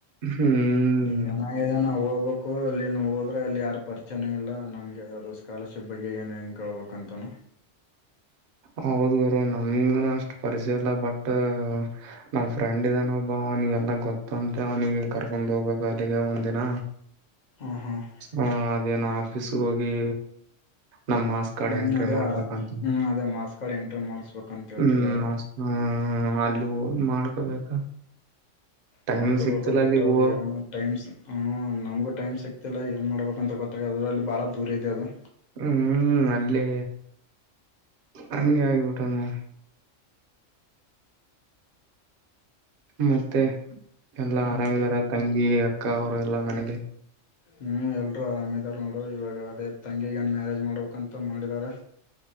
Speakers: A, on the right; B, on the left.
A: ಹ್ಮ್
B: ಜನ ಜನ ಹೋಗಬ ಕೋ ಅಲ್ಲಿನ ಹೋದ್ರರೆ ಅಲ್ಲಿ ಯಾರು ಪರಿಚಯನವೂ ಇಲ್ಲ ನಮಗೆ ಅದು ಸ್ಕಾಲರ್ಶಿಪ್ ಬಗ್ಗೆ ಏನು ಹೆಂಗೆ ಕೇಳ್ಬೇಕಂತನ
A: ಹೌದ್ ಗರು ನಮಗ ಅಷ್ಟು ಪರಿಚಯ ಇಲ್ಲ ಬಟ್ ನಮ ಫ್ರೆಂಡ್ ಇದ್ದಾನ ಒಬ್ಬ ಅವನಿಗೆಲ್ಲ ಗೊತ್ತಂತೆ ಅವ್ನಿಗೆ ಕರ್ಕೊಂಡ್ ಹೋಗ್ಬೇಕು ಅಲ್ಲಿಗೆ ಒಂದಿನ
B: ಹ್ಮ್ ಹ್ಮ್
A: ಹಾ ಅದೇನ ಎಸ್ ಹೋಗಿ ನಮ್ ಮಾಸ್ ಕಾರ್ಡ್
B: ಹ್ಮ್
A: ಎಂಟ್ರಿ
B: ಅದೇ
A: ಮಾಡ್ಬೇಕಂತ
B: ಹ್ಮ್ ಅದೇ ಮಾರ್ಸ್ ಕಾರ್ಡ್ ಎಂಟ್ರಿ ಮಾಡ್ಸ್ಬೇಕಂತ ಹೇಳ್ತಿದ್ದಾರೆ.
A: ಹ್ಮ್ ಮಸ್ತ್ ಹ್ಮ್ ಅಲ್ಲಿ ಹೋಗ ಮಾಡ್ಕೊಬೇಕ. ಟೈಮ್
B: ಮಾಡ್ಕೋಬೇಕು,
A: ಸಿಗ್ತಿಲ್ಲ
B: ಬಟ್
A: ಅಲ್ಲಿಗ್
B: ಅವ್ರ
A: ಹೋಗಕ್
B: ಟೈಮ್, ಹು ನಮ್ಗು ಟೈಮ್ ಸಿಕ್ತಿಲ್ಲಾ ಏನ್ ಮಾಡ್ಬೇಕು ಅಂತ ಗೊತ್ತಾಗದ್ರ ಅಲ್ಲಿ ಬಾಳ ದೂರ ಇದೆ ಅದು.
A: ಹ್ಮ್ ಅಲ್ಲೇ ಹಂಗೆ ಆಗ್ಬುಟ್ಟದೆ. ಮತ್ತೆ ಎಲ್ಲಾ
B: ಮತ್ತೆ
A: ಆರಾಮಿದಾರ
B: ಹೇಳ್ಬೇಕ
A: ತಂಗಿ, ಅಕ್ಕ ಅವರು ಎಲ್ಲಾ ಮನೇಲಿ?
B: ಹ್ಮ್ ಎಲ್ರು ಆರಾಮದಾರ್ ನೋಡರು ಇವಾಗ ಅದೇ ತಂಗಿಗೆನ್ ಮ್ಯಾರೇಜ್ ಮಾಡ್ಬೇಕಕ್ಂತ ಮಾಡಿದಾರೆ.